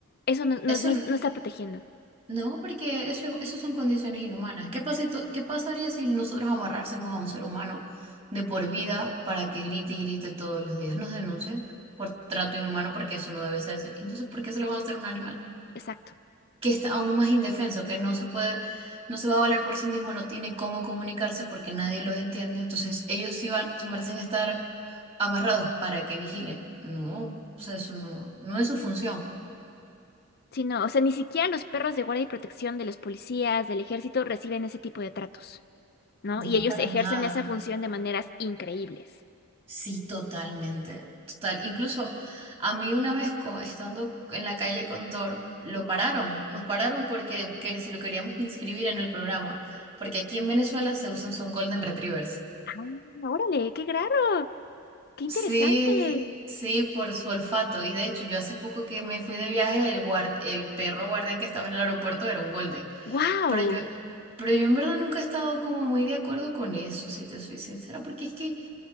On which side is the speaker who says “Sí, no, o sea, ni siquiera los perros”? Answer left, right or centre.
Left